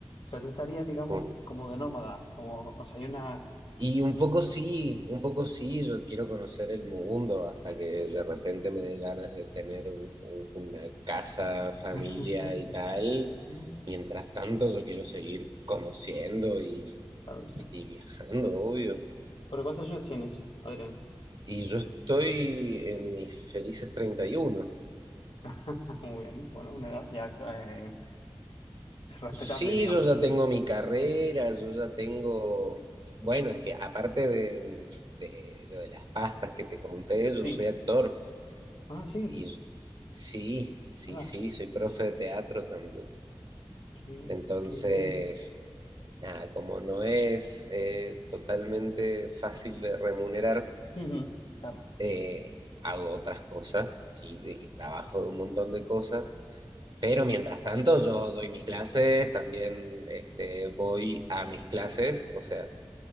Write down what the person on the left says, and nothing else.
sea, tú estarías, digamos,
como de nómada, como, o sea, hay una...
<laughs>
Mm,
Claro que sí.
¿Pero cuántos años tienes, Adrián?
<laughs> Muy bien. Bueno, una edad ya eh, es respetable,
digamos,
¿no?
Sí.
Ah, sí.
Hala.
Qué,
qué bien.
Ujú, Claro.